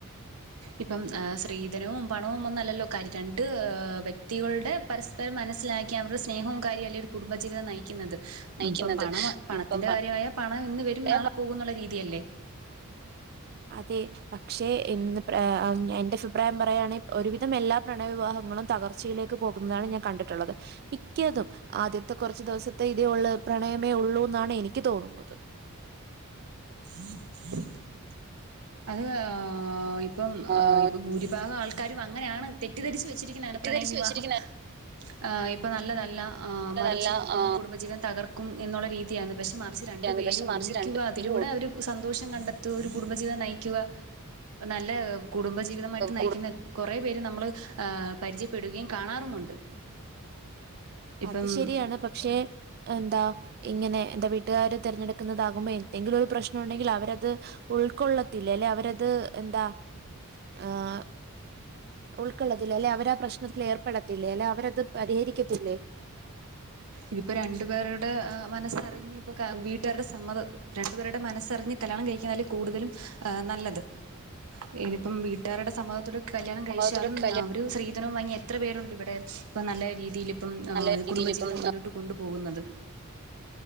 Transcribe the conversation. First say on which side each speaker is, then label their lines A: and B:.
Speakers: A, on the right; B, on the right.
A: ഇപ്പം സ്‌ത്രീധനവും പണവും ഒന്നും അല്ലല്ലോ കാര്യം രണ്ട് വ്യക്തികളുടെ പരസ്പരം മനസ്സിലാക്കി അവരുടെ സ്നേഹവും കാര്യവും അല്ലെ ഒരു <unintelligible> കുടുംബജീവിതം നയിക്കുന്നത്.
B: നയിക്കുന്നത്
A: ഇപ്പം പണം പണത്തിന്റെ
B: ഇപ്പം
A: കാര്യമായ പണം ഇന്ന് വരും
B: പണ്ടേ
A: നാളെ
B: പ
A: പോകുന്നുള്ള രീതിയല്ലേ?
B: അതെ. പക്ഷേ ഇന്ന് എന്റെ അഭിപ്രായം പറയുകയാണെങ്കിൽ ഒരുവിധം എല്ലാ പ്രണയവിവാഹങ്ങളും തകർച്ചയിലേ <unintelligible> പോകുന്നതാണ് ഞാൻ കണ്ടിട്ടുള്ളത് മിക്കതും ആദ്യത്തെ കുറച്ച് ദിവസത്തെ ഇതേ ഉള്ളു പ്രണയമേ ഉള്ളൂ എന്നാണ് എനിക്ക് തോന്നുന്നത്
A: <inaudible> അത് ഇപ്പം
B: ആഹ്
A: ഇപ്പൊ ഭൂരിഭാഗം ആൾക്കാരും അങ്ങനെയാണ് തെറ്റിദ്ധരിച്ച് വെച്ചിരിക്ക
B: തെറ്റിദ്ധരിച്ച്
A: പ്രണയ വിവാഹം
B: വെച്ചിരിക്കുന്ന
A: ഹ് ഇപ്പൊ നല്ലതല്ല.
B: നല്ലതല്ല
A: മറിച്ച് ഇതിപ്പോ
B: ആ
A: കുടുംബജീവിതം തകർ ക്കും എന്നുള്ള രീതിയാണ് പക്ഷെ മറിച്ച് രണ്ടു
B: യാണ്
A: പേരും
B: പക്ഷെ മറിച്ച്
A: ഒന്നിക്കുക
B: രണ്ടുപേരും
A: അതിലൂടെ അവർ സന്തോഷം കണ്ടെത്തുക ഒരു കുടുംബജീവിതം നയിക്കുക നല്ല കുടുംബജീവിതമായിട്ട് നയിക്കുന്ന
B: കൂടു
A: എത്രയോ കുറെ പേര് നമ്മൾ പരിചയപ്പെടുകയും ആഹ് കാണാറുമുണ്ട് ഇപ്പം
B: അത് ശരിയാണ് പക്ഷെ എന്താ ഇങ്ങനെ എന്താ വീട്ടുകാര് തിരഞ്ഞെടുക്കുന്നതാകുമ്പോ എന്തെങ്കിലും ഒരു പ്രശ്നം ഉണ്ടെങ്കിൽ അവരത് ഉൾക്കൊള്ളത്തില്ലേ ല്ലെ അവരത് എന്താ ആഹ് ഉൾക്കൊള്ളത്തില്ല അല്ലെ അവര് ആ പ്രശ്നത്തിൽ ഏർപ്പെടത്തില്ലേ അല്ലെ അവരത് പരിഹരിക്കത്തില്ലേ?
A: ഇതിപ്പോ രണ്ടു പേരുടെ മനസ്സറിഞ്ഞു ഇപ്പൊ വീട്ടുകാരുടെ സമ്മതം രണ്ടുപേരുടെ മനസ്സറിഞ്ഞ് കല്യാണം കഴിക്കുന്ന അല്ലേ കൂടുതലും നല്ലത് ഇതിപ്പം വീട്ടാരുടെ സമ്മതത്തോടെ കല്യാണം
B: സമ്മതത്തോടെ
A: കഴിച്ചാലും
B: കല്യാണം
A: അവർ സ്ത്രീധനവും വാങ്ങി എത്ര പേരുണ്ട് ഇവിടെ ഇപ്പോൾ നല്ല രീതിയിൽ. പ്പം
B: നല്ല രീതിയിൽ
A: കുടുംബജീവിതം
B: ഇപ്പം
A: മുന്നോട്ട് കൊണ്ടു പോകുന്നത്.